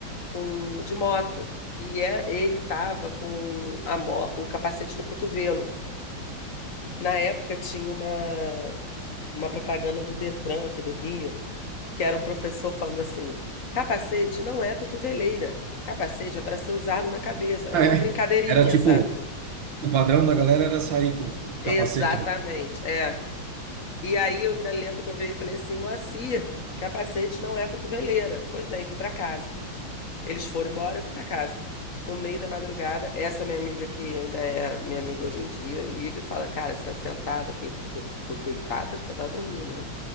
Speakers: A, on the left; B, on the right.
A: com de moto. E é- ele estava com a mo- o capacete no cotovelo. Na época tinha uma, uma propaganda do Detran aqui do Rio, que era um professor falando assim: capacete não é cotoveleira, capacete é para ser usado na cabeça. Era
B: Ah,
A: uma
B: é.
A: brincadeirinha,
B: Era tipo,
A: sabe?
B: o padrão da galera era sair com o capacete
A: Exatamente,
B: no.
A: é. E aí eu ainda lembro que eu virei e falei assim: Moacir, capacete não é cotoveleira. Pois bem, fui para casa. Eles foram embora, eu fui pra casa. No meio da madrugada, essa minha amiga que ainda é minha amiga hoje em dia, liga e fala, cara, você tá sentada? Eu falei, eu tô deitada porque eu tava dormindo, né?